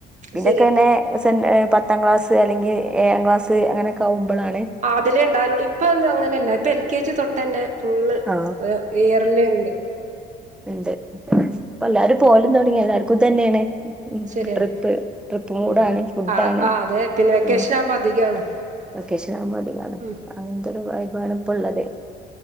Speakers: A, in the centre; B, on the right.
A: പിന്നക്കന്നെ
B: ശരിയാ
A: സെൻ പത്താം ക്ലാസ് അല്ലെങ്കി ഏഴാം ക്ലാസ് അങ്ങനക്കയാവുമ്പളാണ്
B: ആതിലേണ്ടാകലുള്ളൂ ഇപ്പങ്ങനെയല്ല ഇപ്പെ എൽ കെ ജി തൊട്ടന്നെ ഫുള്ള്
A: ആ
B: ഒരോ ഇയർല്ണ്ട്.
A: ഇണ്ട് ഇപ്പല്ലാരും പോവലും തൊ ടങ്ങി എല്ലാർക്കുതന്നെയാണ്.
B: ശരിയാണ്
A: ട്രിപ്പ് ട്രിപ്പ് മൂഡാണ്
B: ഉം
A: ഫുഡാണ്
B: ആ ആ അതെ പിന്നെ വെക്കേഷൻ
A: ഉം
B: ആവുമ്പോ അധികാണ്
A: ലൊക്കേഷൻ മതിയാണ്
B: ഉം
A: അങ്ങൻത്തൊരു വൈബാണ് ഇപ്പള്ളത്.